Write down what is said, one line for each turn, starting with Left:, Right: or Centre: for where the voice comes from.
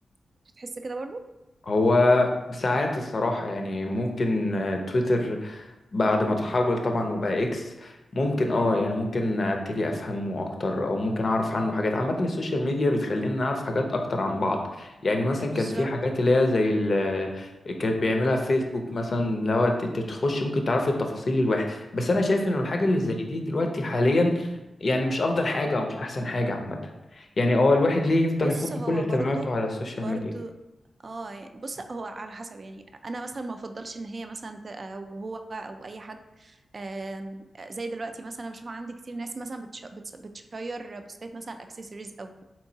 Right: كنت بتحس كده برضو
Left: هو ساعات الصراحة يعني ممكن آه، تويتر بعد ما تحول طبعا وبقى اكس ممكن
Right: امم
Left: اه يعني ممكن ابتدي افهمه اكتر او ممكن اعرف عنه حاجات عامه السوشيال ميديا بتخلينا نعرف حاجات اكتر عن بعض يعني مثلا
Right: بالظبط
Left: كانت في حاجات اللي هي زي ال كانت بيعملها فيسبوك مثلا لو ت- انت تخش ممكن تعرف التفاصيل الواحد بس انا شايف انه الحاجه اللي زي دي دلوقتي حاليا يعني مش افضل حاجه او مش احسن حاجه عامه يعني هو الواحد ليه يفضل
Right: بص
Left: يحط
Right: هو
Left: كل اهتماماته
Right: برضو
Left: على السوشيال
Right: برضو
Left: ميديا
Right: اه يعني- بص هو على حسب يعني انا مثلا ما افضلش ان هي مثلا ت- او هو او اي حد آم، زي دلوقتي مثلا أنا بشوف عندي كتير ناس مثلا بتش- بتس- بتشير بوستات مثلا اكسسوارز او